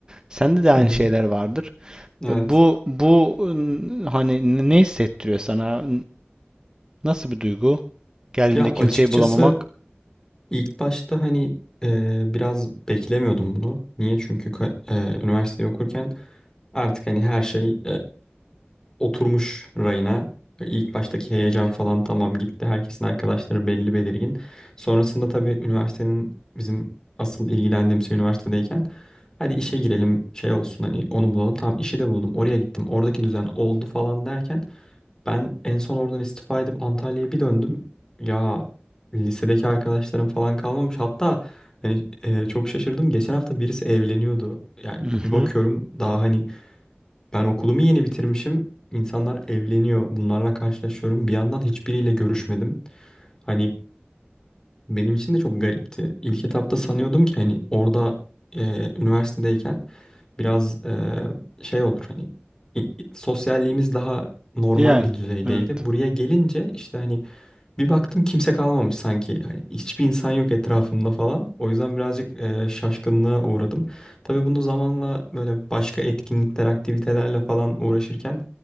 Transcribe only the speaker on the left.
Hı hı.
Evet.
Ya
açıkçası
ilk başta hani e, biraz beklemiyordum bunu. Niye? Çünkü ka- e, üniversiteyi okurken artık hani her şey oturmuş rayına. İlk baştaki heyecan falan tamam gitti. Herkesin arkadaşları belli belirgin. Sonrasında tabii üniversitenin bizim asıl ilgilendiğim şey üniversitedeyken hadi işe girelim şey olsun hani onu bulalım. Tamam işi de buldum oraya gittim oradaki düzen oldu falan derken ben en son oradan istifa edip Antalya'ya bir döndüm. Ya lisedeki arkadaşlarım falan kalmamış. Hatta hani, e, çok şaşırdım. Geçen hafta birisi evleniyordu. Yani
bir
bakıyorum daha hani ben okulumu yeni bitirmişim. İnsanlar evleniyor. Bunlarla karşılaşıyorum. Bir yandan hiçbiriyle görüşmedim. Hani benim için de çok garipti. İlk etapta sanıyordum ki hani orada e, üniversitedeyken biraz e, şey olur hani i- i- sosyalliğimiz daha normal
bir düzeydeydi.
Buraya gelince işte hani bir baktım kimse kalmamış sanki. Yani hiçbir insan yok etrafımda falan. O yüzden birazcık e, şaşkınlığa uğradım. Tabii bunu zamanla böyle başka etkinlikler, aktivitelerle falan uğraşırken